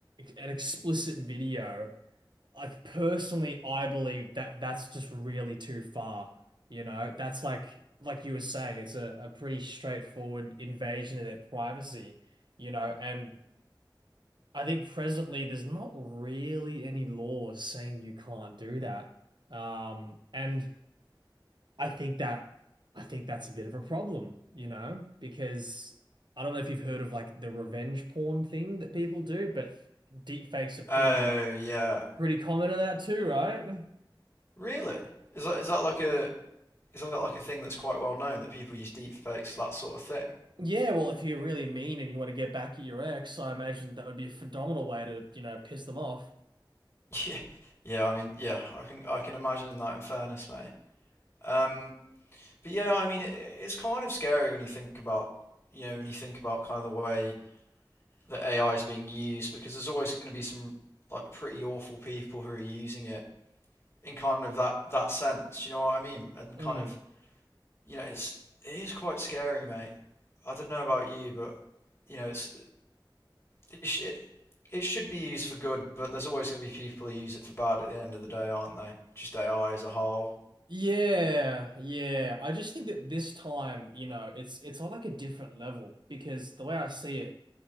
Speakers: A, on the right (about 65°); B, on the left (about 35°).
A: an explicit video like personally, I believe that that's just really too far. You know, that's like like you were saying, it's a, a pretty straightforward invasion of their privacy, you know, and I think presently there's not really any laws saying you can't do that. Um, and I think that I think that's a bit of a problem, you know, because I don't know if you've heard of like the revenge porn thing that people do, but deep fakes are pretty
B: oh yeah
A: pretty common in that too, right?
B: really is that is that like a is that like a thing that's quite well known that people use deepfakes for that sort of thing
A: Yeah, well, if you're really mean and you want to get back at your ex, I imagine that would be a phenomenal way to, you know, piss them off.
B: Yeah, yeah, I mean, yeah, I can I can imagine that in fairness, mate. Um, but yeah, I mean, it, it's kind of scary when you think about, you know, when you think about kind of the way that AI is being used, because there's always going to be some like pretty awful people who are using it in kind of that that sense. You know what I mean? And
A: Mm.
B: kind of, you know, it's it is quite scary, mate. I don't know about you, but you know, it's it sh it, it should be used for good, but there's always going to be people who use it for bad at the end of the day, aren't they? Just AI as a whole.
A: Yeah, yeah. I just think that this time, you know, it's it's on like a different level because the way I see it,